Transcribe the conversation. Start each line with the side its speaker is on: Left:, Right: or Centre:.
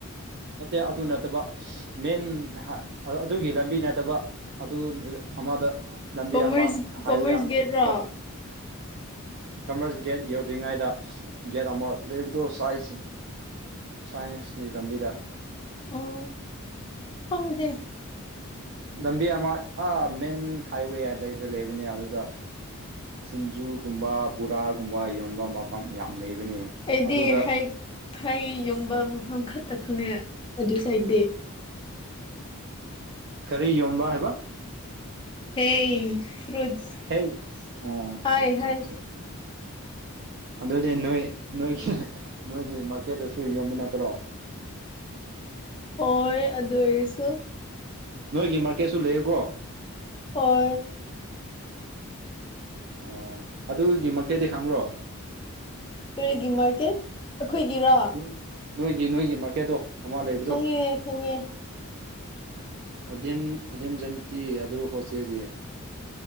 Right: ꯅꯠꯇꯦ ꯑꯗꯨ ꯅꯠꯇꯕ ꯃꯦꯟ ꯑꯗꯨꯒꯤ ꯂꯝꯕꯤ ꯅꯠꯇꯕ ꯑꯗꯨ ꯑꯃꯗ ꯂꯝꯕꯤ
Left: ꯀꯣꯃꯔꯁ
Right: ꯑꯃ ꯍꯥꯏꯋꯦ
Left: ꯀꯣꯃꯔꯁ
Right: ꯑꯃ
Left: ꯒꯦꯠꯔꯣ
Right: ꯂꯩꯕꯗꯣ ꯀꯃꯔꯁ ꯒꯦꯠ ꯌꯧꯗ꯭ꯔꯤꯉꯩꯗ ꯒꯦꯠ ꯑꯃ ꯂꯩꯕꯗꯣ ꯁꯥꯏꯖ ꯁꯥꯏꯟꯁꯀꯤ ꯂꯝꯕꯤꯗ
Left: ꯑꯣ ꯈꯪꯗꯦ
Right: ꯂꯝꯕꯤ ꯑꯃꯥ ꯑꯥ ꯃꯦꯟ ꯍꯥꯏꯋꯦ ꯍꯥꯏꯗꯩꯗ ꯂꯩꯕꯅꯦ ꯑꯗꯨ ꯁꯤꯡꯖꯨꯒꯨꯝꯕ ꯕꯣꯔꯥꯒꯨꯝꯕ ꯌꯣꯟꯕ ꯃꯐꯝ ꯌꯥꯝ ꯂꯩꯕꯅꯦ
Left: ꯑꯩꯗꯤ
Right: ꯑꯗꯨꯗ
Left: ꯍꯩ ꯍꯩ ꯌꯨꯡꯕ ꯃꯐꯝ ꯈꯛꯇ ꯈꯪꯉꯦ ꯑꯗꯨꯁꯨ ꯑꯩꯗꯤ
Right: ꯀꯔꯤ ꯌꯣꯟꯕ ꯍꯥꯏꯕ
Left: ꯍꯩ ꯐ꯭ꯔꯨꯠꯁ
Right: ꯍꯩ ꯑꯣ ꯑꯆꯥ
Left: ꯍꯥꯏ
Right: ꯑꯆꯥ
Left: ꯍꯥꯏ
Right: ꯑꯆꯥ ꯑꯗꯨꯗꯤ ꯅꯣꯏ ꯅꯣꯏꯒꯤ ꯅꯣꯏꯒꯤ ꯃꯥꯔꯀꯦꯠꯇꯁꯨ ꯌꯣꯟꯕ ꯅꯠꯇ꯭ꯔꯣ
Left: ꯍꯣꯏ ꯑꯗꯨ ꯑꯣꯏꯔꯁꯨ
Right: ꯅꯣꯏꯒꯤ ꯃꯥꯔꯀꯦꯠꯁꯨ ꯂꯩꯌꯦꯀꯣ
Left: ꯍ
Right: ꯑꯣ ꯑꯗꯨꯒꯤ ꯃꯀꯩꯗꯤ ꯈꯪꯕ꯭ꯔꯣ
Left: ꯇꯨꯔꯦꯒꯤ ꯃꯥꯔꯀꯦꯠ ꯑꯩꯈꯣꯏꯒꯤꯔꯣ
Right: ꯅꯣꯏ ꯅꯣꯏꯒꯤ ꯅꯣꯏꯒꯤ ꯃꯥꯔꯀꯦꯠꯇꯣ ꯃ ꯂꯩꯕꯗꯣ
Left: ꯈꯪꯉꯦ ꯈꯪꯉꯦ
Right: ꯑꯣꯗꯤꯝ ꯑꯗꯤꯝ ꯖꯟꯇꯤ ꯑꯗꯨ ꯍꯣꯁꯇꯦꯜꯒꯤ